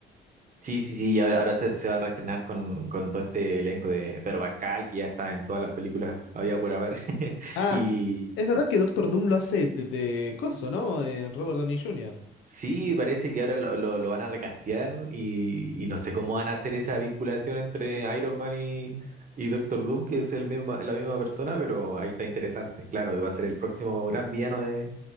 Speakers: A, on the right; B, on the left.
A: sí, sí, sí, y ahora, ahora se, se va a reestrenar con, con todo este elenco de Pedro Pascal, que ya está en todas las películas había por haber, <laughs>
B: Ah,
A: y,
B: es verdad que Doctor Doom lo hace de, de coso, ¿no? Eh, Robert Downey Jr.
A: Sí, parece que ahora lo, lo- lo van a recastear y, y no sé cómo van a hacer esa vinculación entre Iron Man y, y Doctor Doom, que es el misma, la misma persona, pero ahí está interesante. Claro, va a ser el próximo gran villano de,